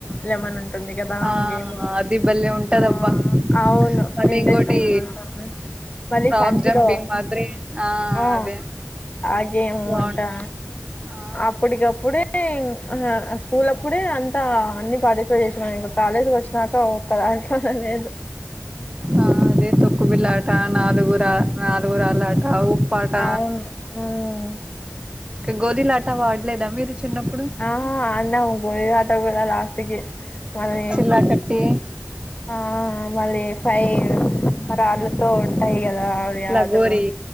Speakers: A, on the left (about 30°); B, on the right (about 20°).
A: లెమనం ఉంది గదా
B: ఆ
A: గేము
B: అది బలే ఉంటదబ్బా
A: ఆ అవును
B: మళ్ళీ
A: ఇంట్రెస్ట్
B: ఇంకోటి
A: అయినా ఉంటది మళ్ళీ
B: రాక్
A: సంచిలో
B: జంపింగ్ మాదిరి
A: ఆ
B: అదే
A: అగేమంటా
B: బాగుం ఆ
A: అప్పటికప్పుడే ఆ స్కూల్ అప్పుడే అంతా అన్ని పార్టిసిపేట్ చేసినా ఇంక కాలేజ్కి వచ్చినాక ఒక దాంట్లో లేదు
B: ఆ అదే తొక్కు బిల్ళట నాలుగురా నాలుగురాళ్ళ ఆట ఆ ఉప్పట
A: అవును ఉమ్.
B: గోలీలాటా వాడ్లేదా మీరు చిన్నప్పుడు
A: ఆహా అన్నా ఉ బొయ్యటా కూడా లాస్ట్ కి మళ్ళీ
B: చిల్లాకట్టి
A: ఆ మరి ఫై మ రాళ్ళతో ఉంటయి కదా అదిఆదత్ర
B: లగోరి
A: తో